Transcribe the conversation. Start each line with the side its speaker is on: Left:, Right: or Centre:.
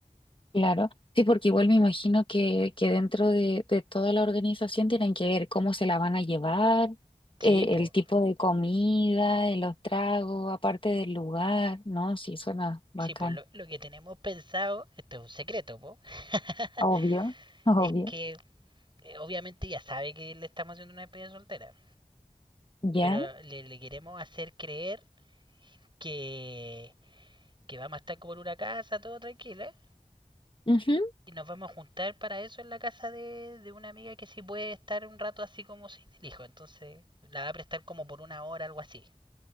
Left: claro. Sí, porque igual me imagino que, que dentro de, de toda la organización tienen que ver cómo se la van a llevar,
Right: Sí,
Left: eh,
Right: pues,
Left: el tipo de comida, eh, los tragos, aparte del lugar, ¿no? Sí, suena bacán.
Right: sí, pues lo, lo, que tenemos pensado, esto es un secreto, po <laughs>
Left: Obvio, obvio.
Right: es que eh, obviamente ya sabe que le estamos haciendo una despedida soltera,
Left: Ya.
Right: pero le, le queremos hacer creer que que vamos a estar como en una casa, todo tranquilo, ¿eh?
Left: ujú.
Right: Y nos vamos a juntar para eso en la casa de, de una amiga que sí puede estar un rato así como sin el hijo. Entonces la va a prestar como por una hora, algo así.